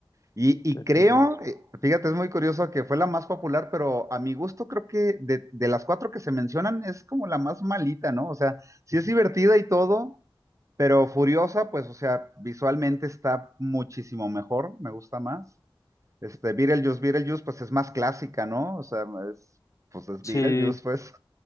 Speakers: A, on the right; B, on the left.
A: Y, y
B: Entonces,
A: creo,
B: sí, lo-
A: eh, fíjate, es muy curioso que fue la más popular, pero a mi gusto creo que de, de las cuatro que se mencionan es como la más malita, ¿no? O sea, sí es divertida y todo, pero Furiosa, pues, o sea, visualmente está muchísimo mejor, me gusta más. Este, Beetlejuice, Beetlejuice, pues es más clásica, ¿no? O sea, es, pues es
B: sí,
A: Beetlejuice, pues.